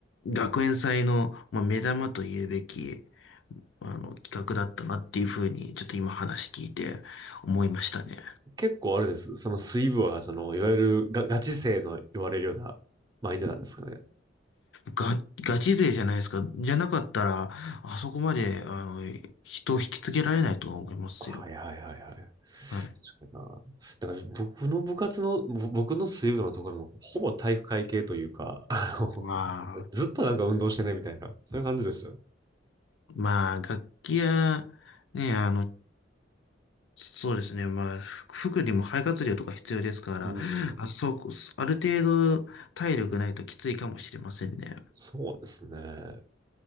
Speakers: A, on the left; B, on the right.
A: 学園祭の、まあ、目玉と言うべき、あの、企画だったなっていうふうに、ちょっと今話聞いて思いましたね。
B: 結構あれです。その水部は、その、いわゆるガ、ガチ勢の言われるようなマインドなんですかね。
A: ガ、ガチ勢じゃないですか。じゃなかったら、あそこまで、あの、人を引きつけられないと思いますよ。
B: はいはいはいはい。確か
A: はい。
B: にな。だから僕の部活の、ぼ僕の水部のところも、ほぼ体育会系というか、あの、
A: ま
B: <laughs>
A: あ、
B: ずっとなんか運動してねみたいな、そういう感じですよ。
A: まあ、楽器や、ね、あの、そうですね。まあ、ふ服にも肺活量とか必要ですから、
B: うん。
A: あ、そうこ、ある程度体力ないときついかもしれませんね。
B: そうですね。